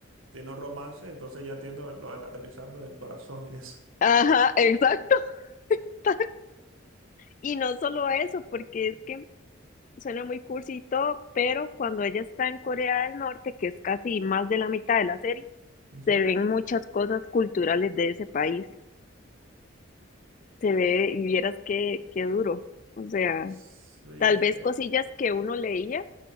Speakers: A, on the right; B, on the left.
A: tiene un romance, entonces ya entiendo lo del aterrizando en el corazón y eso.
B: ajá, exacto. <laughs> Y no solo eso, porque es que suena muy cursi y todo, pero cuando ella está en Corea del Norte, que es casi más de la mitad de la serie,
A: Ujú.
B: se ven muchas cosas culturales de ese país. Se ve y vieras qué, qué duro. O sea,
A: Sí, eh,
B: tal vez cosillas
A: eh,
B: que uno leía